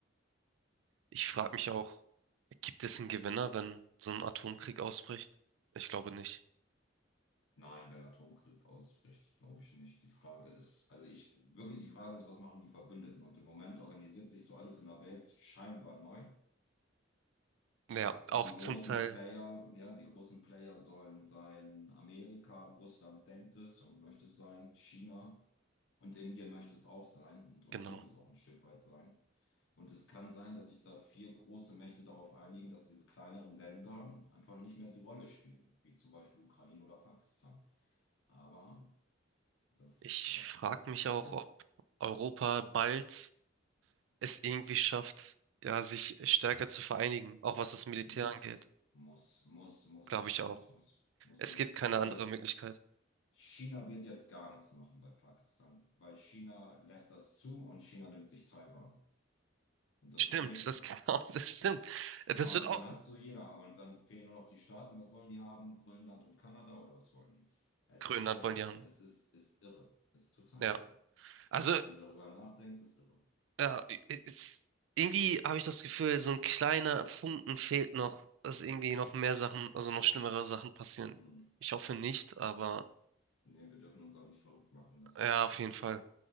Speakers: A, on the right (about 75°); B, on the left (about 65°).
A: Ich frage mich auch, gibt es einen Gewinner, wenn so ein Atomkrieg ausbricht? Ich glaube nicht.
B: Nein, wenn Atomkrieg ausbricht, glaube ich nicht. Die Frage ist, also ich, wirklich die Frage ist, was machen die Verbündeten? Und im Moment organisiert sich so alles in der Welt scheinbar neu.
A: Ja,
B: Die
A: auch zum
B: großen
A: Teil,
B: Player, ja, die großen Player sollen sein Amerika, Russland denkt es und möchte es sein, China und Indien möchte es auch sein und, und
A: genau.
B: wird es auch ein Stück weit sein. Und es kann sein, dass sich da vier große Mächte darauf einigen, dass diese kleineren Länder einfach nicht mehr die Rolle spielen, wie zum Beispiel Ukraine oder Pakistan. Aber das,
A: Ich
B: ja,
A: frage mich
B: <laughs>
A: auch, ob Europa bald es irgendwie schafft, ja, sich stärker zu vereinigen, auch was das Militär
B: muss,
A: angeht.
B: muss, muss, muss,
A: Glaube
B: muss,
A: ich auch.
B: muss, muss, muss,
A: Es
B: muss.
A: gibt keine
B: Also
A: andere Möglichkeit.
B: China wird jetzt gar nichts machen bei Pakistan, weil China lässt das zu und China nimmt sich Taiwan. Und das
A: Stimmt,
B: ist das Nächste.
A: das, <laughs> genau, das stimmt. Das
B: Und
A: wird auch
B: dann hat so jeder. Und dann fehlen nur noch die Staaten. Was wollen die haben? Grönland und Kanada oder was wollen die? Es
A: Grönland
B: ist irre.
A: wollen die haben.
B: Es ist, ist irre. Es ist total
A: Ja.
B: irre.
A: Also
B: Wenn du darüber nachdenkst, ist irre.
A: Ja, es irgendwie habe ich das Gefühl, so ein kleiner Funken fehlt noch, dass irgendwie noch mehr Sachen, also noch schlimmere Sachen passieren.
B: Hm.
A: Ich hoffe nicht, aber
B: Nee, wir dürfen uns auch nicht verrückt machen lassen.
A: ja, auf jeden Fall.